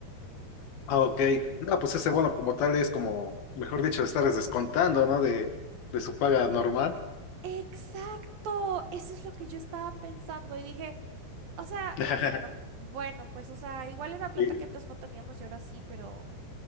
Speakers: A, on the right (about 65°); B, on the left (about 65°).
A: O
B: Ah,
A: sea, me-
B: ok. No, pues ese bono como tal es como, mejor dicho, estarles descontando, ¿no? De, de su paga normal.
A: Exacto, eso es lo que yo estaba pensando y dije, o sea,
B: <laughs>
A: bueno, bueno, pues, o sea, igual era plata
B: Y
A: que antes no teníamos y ahora sí, pero